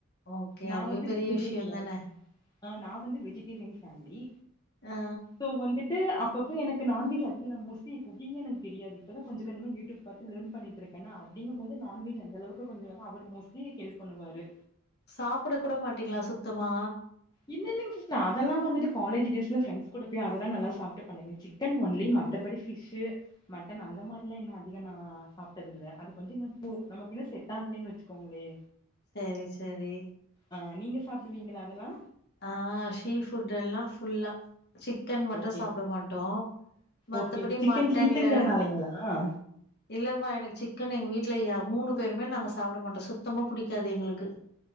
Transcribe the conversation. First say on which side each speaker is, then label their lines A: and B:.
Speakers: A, on the left; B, on the left.
A: ஓகே
B: நா
A: அதுவே
B: வந்து
A: பெரிய
B: வெஜிடேரியன்
A: விஷயோ தான
B: ஆ நா வந்து வெஜிடேரியன் ஃபேமிலி
A: ஆ
B: சோ வந்துட் துட்டு அப்ப அப்ப எனக்கு நான்வெஜ் அவுங்க தா எனக்கு மோஸ்ட்லி குக்கிங்கே எனக்கு தெரியாது இப்ப தா கொஞ்ச கொஞ்சமா யூடியூப் பாத்து லேர்ன் பண்ணிட்ருக்கேனா அப்டிங்கும் போது நான்வெஜ் அந்தளவுக்கு கொஞ்ச வரும் அவரு மோஸ்ட்லி ஹெல்ப் பண்ணுவாரு
A: சாப்பட கூட மாட்டீங்களா சுத்தமா
B: இல்ல இல்லங் சிஸ்டர் அதல்லா வந்துட்டு காலேஜ் டேஸ்ல ஃபிரெண்ஸ் கூட போய் அதெல்லா நல்லா சாப்ட்டு பழகிருச்சு சிக்கன் ஒன்லி மத்தபடி ஃபிஷ்ஷு மட்டன் அந்த மாரிலா இன்னு அதிக நா நா சாப்ட்டதில்ல அது கொஞ்ச இன்னு பு நமக்கு இன்னு செட் ஆகலன்னு வச்சுக்கோங்களே
A: சேரி சேரி
B: ஆ நீங்க சாப்பிடுவீங்களா அதல்லா
A: ஆ ஸீஃபுட் எல்லா ஃபுல்லா சிக் சிக்கன் மட்டு
B: ஓகே
A: சாப்பட மாட்டோ மத்தபடி
B: ஓகே சிக்கன்
A: மட்டன்ல
B: ஹீட்டுங்கிறனாலைங்களா?
A: இல்லப்பா எனக்கு சிக்கன் எங்க வீட்டுல மூணு பேருமே நாங்க சாப்பட மாட்டோ சுத்தமா புடிக்காது எங்களுக்கு <inaudible>